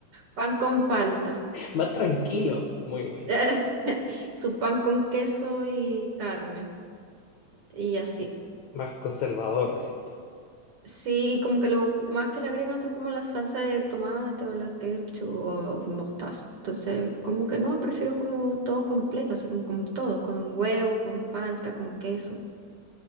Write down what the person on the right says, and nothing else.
pan con palta,
su,
<laughs> su pan con queso y carne y así.
Sí, y como que lo más que le agregan son como la salsa de tomate o la ketchup o mostaza. Entonces, como que no, prefiero como todo completo, así como con todo, con huevo, con palta, con queso,